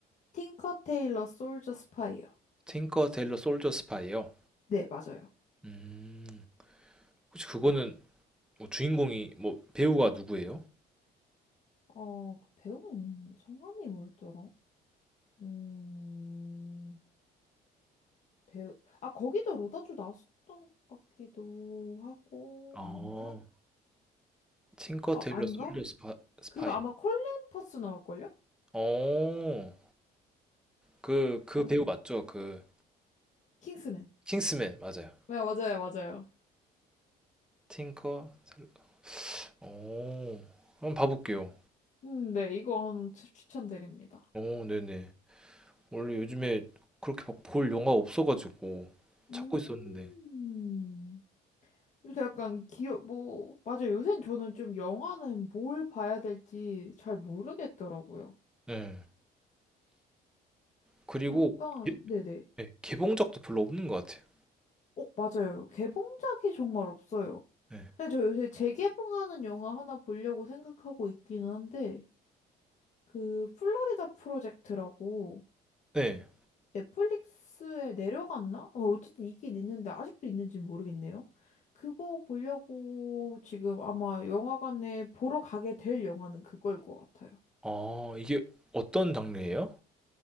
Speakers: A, on the left; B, in the centre.
A: 틴커 테일러 솔저 스파이요.
B: 틴커 일러 솔저 스파이요.
A: 네, 맞아요.
B: 음. 혹시 그거는 뭐 주인공이 뭐 배우가 누구예요?
A: 어, 그 배우 인 성함이 뭐였더라? 음, 배우, 아, 거기도 로다주 나왔었던 것 같기도 하고,
B: 어.
A: 아닌가?
B: 틴커
A: 아,
B: 일러
A: 아닌가?
B: 솔저 스파, 스파이.
A: 그리고 아마 콜린 퍼스 나올걸요?
B: 어. 그 그
A: 아마,
B: 배우 맞죠? 그
A: 킹스맨.
B: 킹스맨 맞아요.
A: 네, 맞아요, 맞아요.
B: 틴커 델러 어. 한번 봐 볼게요.
A: 음, 네, 이거 한 추- 추천드립니다.
B: 어, 네네. 원래 요즘에 그렇게 막볼 영화 없어가지고
A: 음,
B: 찾고 있었는데.
A: 요새 약간 기억, 뭐, 맞아요. 요새는 저는 좀 영화는 뭘 봐야 될지 잘 모르겠더라고요.
B: 네. 그리고
A: 약간,
B: 예-
A: 네네.
B: 네, 개봉작도 별로 없는 것 같아요.
A: 어, 맞아요. 개봉작이 정말 없어요.
B: 네.
A: 근데 저 요새 재개봉하는 영화 하나 보려고 생각하고 있기는 한데, 그, 플로리다 프로젝트라고
B: 네.
A: 넷플릭스에 내려갔나? 어, 어쨌든 있긴 있는데, 아직도 있는지 는 모르겠네요. 그거 보려고 지금 아마 영화관에 보러 가게 될 영화는 그거일 것 같아요.
B: 아, 이게 어떤 장르예요?